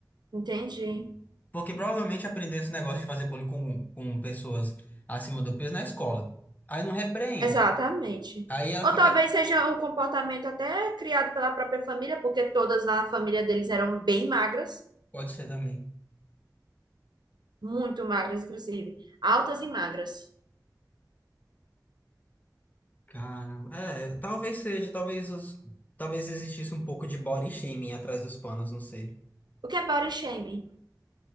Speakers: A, on the right; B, on the left.
A: entendi.
B: Porque provavelmente aprendeu esse negócio de fazer bullying com, com pessoas acima do peso na escola. Aí não repreende.
A: Exatamente.
B: Aí ela
A: Ou
B: fica.
A: talvez seja um comportamento até criado pela própria família, porque todas na família deles eram bem magras,
B: Pode ser também.
A: muito magras, inclusive, altas e magras.
B: Caramba. É, talvez seja, talvez os. Talvez existisse um pouco de body shaming atrás dos panos, não sei.
A: O que é body shaming?